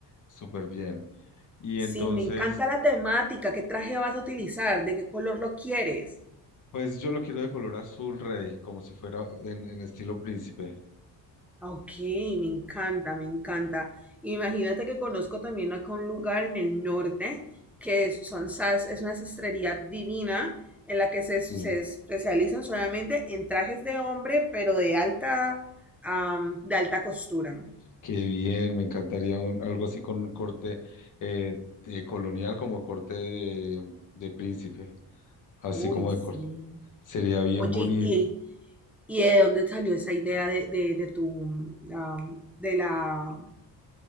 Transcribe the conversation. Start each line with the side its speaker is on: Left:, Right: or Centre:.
Left: súper bien. Y
Centre: Sí,
Left: entonces,
Centre: me encanta la temática. ¿Qué traje vas a utilizar? ¿De qué color lo quieres?
Left: pues yo lo quiero de color azul rey, como si fuera en, en estilo príncipe.
Centre: Ok, me encanta, me encanta. Imagínate que conozco también acá un lugar en el norte que es- son sas, es una sastrería divina en la que se,
Left: Sí,
Centre: se especializan solamente en trajes de hombre, pero de alta, am, de alta costura.
Left: qué bien, me encantaría un- algo así con un corte eh, eh, colonial, como corte de, de príncipe, así
Centre: Uy,
Left: como
Centre: sí.
Left: de corte. Sería bien
Centre: Oye,
Left: bonito.
Centre: ¿y, y de dónde salió esa idea de, de, de tu, am, de la,